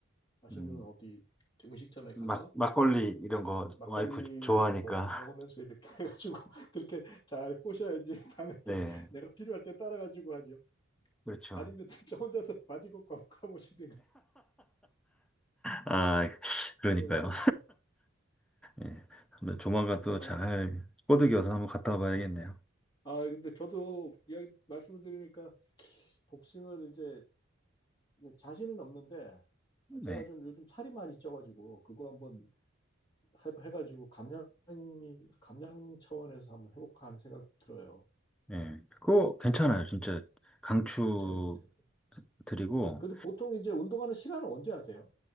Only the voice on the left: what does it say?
맛있는
어디 음식점에
가서
막걸리도
먹, 먹으면서 이렇게 <laughs> 해가지고 그렇게 잘 꼬셔야지 <laughs> 다음에
또
내가 필요할 때 따라가지고 하죠.
아니면 진짜 혼자서 바지 걷고 한번 가보시든가.
<laughs> 어, 저-
아유,
아, 근데 저도 이야기 말씀을 드리니까 복싱을 이제 자신은 없는데
제가 좀 요즘 살이 많이 쪄가지고 그거 한번 해- 해가지고 감량이 감량 차원에서 한번 해볼까 하는 생각 들어요.
괜찮아요, 괜찮아요.
그래도 보통 이제 운동하는 시간은 언제 하세요?